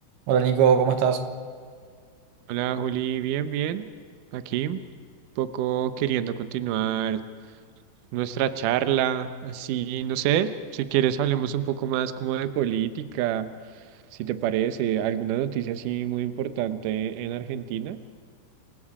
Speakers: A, on the right (about 70°); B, on the right (about 90°).
A: Hola Nico, ¿cómo estás?
B: Hola Juli, bien, bien. Aquí, un poco queriendo continuar nuestra charla. Así, no sé, si quieres hablemos un poco más como de política, si te parece, alguna noticia así muy importante en Argentina.